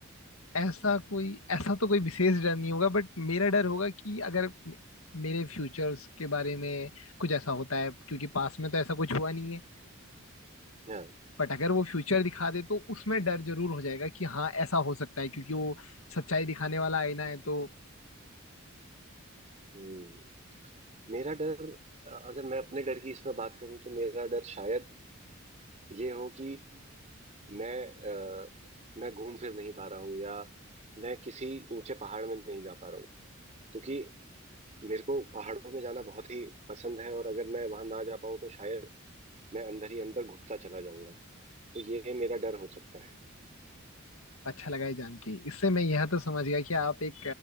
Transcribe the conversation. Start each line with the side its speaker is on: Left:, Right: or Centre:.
Left: ऐसा कोई ऐसा तो कोई विशेष डर नहीं होगा बट मेरा डर होगा कि अगर मे- मेरे फ्यूचर्स के बारे में कुछ ऐसा होता है क्योंकि पास में तो ऐसा कुछ हुआ नहीं है
Right: हाँ
Left: बट अगर वो फ्यूचर दिखा दे तो उसमें डर जरूर हो जाएगा कि हाँ ऐसा हो सकता है क्योंकि वो सच्चाई दिखाने वाला आईना है तो
Right: हम्म, मेरा डर अ, अगर मैं अपने डर की इसमें बात करूं तो मेरा डर शायद ये हो कि मैं अ, मैं घूम फिर नहीं पा रहा हूँ या मैं किसी ऊंचे पहाड़ में नहीं जा पा रहा हूँ क्योंकि मेरे को पहाड़ों में जाना बहुत ही पसंद है और अगर मैं वहां ना जा पाऊँ तो शायद मैं अंदर ही अंदर घुटता चला जाऊंगा तो ये मेरा डर हो सकता है
Left: अच्छा लगा है जान के इससे मैं यह तो समझ गया कि आप एक